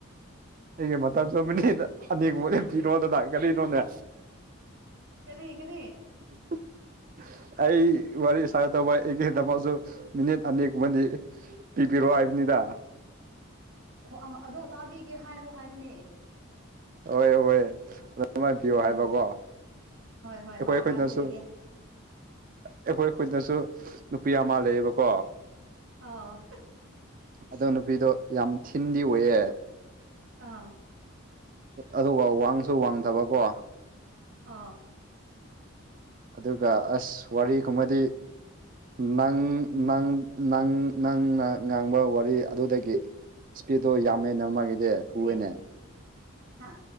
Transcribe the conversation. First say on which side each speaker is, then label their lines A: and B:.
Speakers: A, on the right; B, on the right.
A: ꯑꯩꯒꯤ ꯃꯇꯝ <inaudible> ꯑꯅꯤ ꯒꯨꯝꯕ <inaudible> ꯀꯔꯤꯅꯣꯅꯦ
B: ꯀꯔꯤ ꯀꯔꯤ
A: <inaudible> ꯑꯩ ꯋꯥꯔꯤ ꯁꯥꯏ ꯇꯧꯕ ꯑꯩꯒꯤꯗꯃꯛꯁꯨ ꯃꯤꯅꯤꯠ ꯑꯅꯤꯒꯨꯝꯕꯗꯤ ꯄꯤꯕꯤꯔꯣ ꯍꯥꯏꯕꯅꯤꯗ
B: ꯑꯣ ꯑꯪ ꯑꯗꯣ ꯇꯥꯕꯤꯒꯦ ꯍꯥꯏꯔꯣ ꯍꯥꯏꯕꯅꯦ
A: ꯍꯣꯏ ꯍꯣꯏ ꯑꯗꯨꯃꯥꯏ ꯄꯤꯌꯣ
B: ꯎꯝ
A: ꯍꯥꯏꯕꯀꯣ
B: ꯍꯣꯏ ꯍꯣꯏ
A: ꯑꯩꯈꯣꯏ
B: ꯍꯣꯏ
A: ꯑꯩꯈꯣꯏꯅꯁꯨ
B: ꯇꯥꯕꯤꯔꯒꯦ
A: ꯑꯩꯈꯣꯏ ꯑꯩꯈꯣꯏꯗꯁꯨ ꯅꯨꯄꯤ ꯑꯃ ꯂꯩꯌꯦꯕꯀꯣ
B: ꯑꯥꯎ
A: ꯑꯗꯣ ꯅꯨꯄꯤꯗꯣ ꯌꯥꯝ ꯊꯤꯟꯗꯤ ꯑꯣꯏꯌꯦ
B: ꯑꯥ
A: ꯑꯗꯨꯒ ꯋꯥꯡꯁꯨ ꯋꯥꯡꯗꯥꯕꯀꯣ
B: ꯑꯥꯎ
A: ꯑꯗꯨꯒ ꯑꯁ ꯋꯥꯔꯤꯒꯨꯝꯕꯗꯤ ꯅꯪ ꯅꯪ ꯅꯪ ꯅꯪꯅ ꯉꯥꯡꯕ ꯋꯥꯔꯤ ꯑꯗꯨꯗꯒꯤ ꯏꯁꯄꯤꯠꯇꯣ ꯌꯥꯝꯃꯦꯅ ꯃꯥꯒꯤꯗꯤ ꯊꯨꯏꯋꯦꯅꯦ
B: ꯀꯔꯤ ꯍꯥ